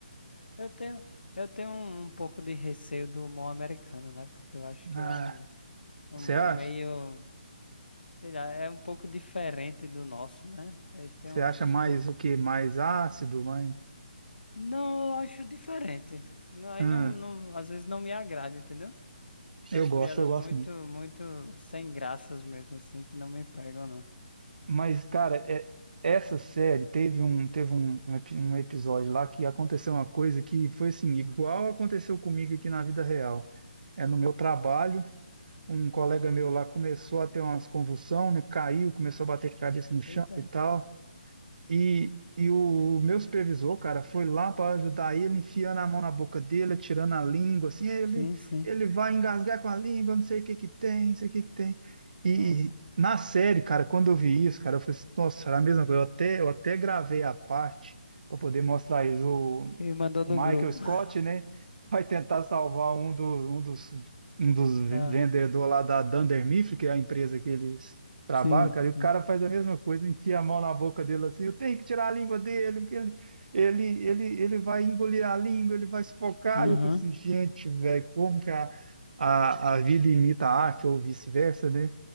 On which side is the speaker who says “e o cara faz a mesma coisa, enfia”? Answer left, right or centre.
Right